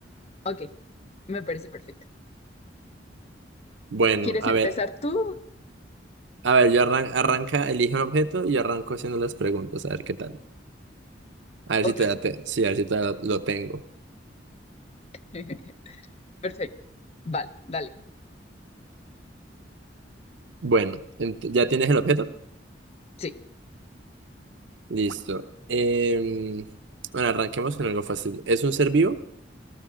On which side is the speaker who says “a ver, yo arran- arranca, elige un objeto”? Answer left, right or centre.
Right